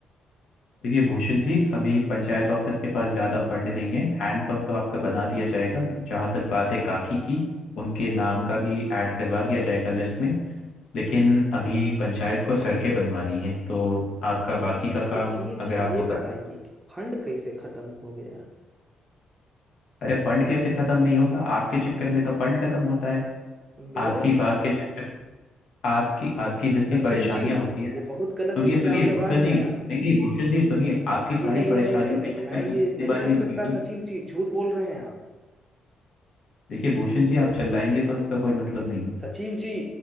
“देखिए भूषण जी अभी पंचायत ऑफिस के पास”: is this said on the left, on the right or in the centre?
Left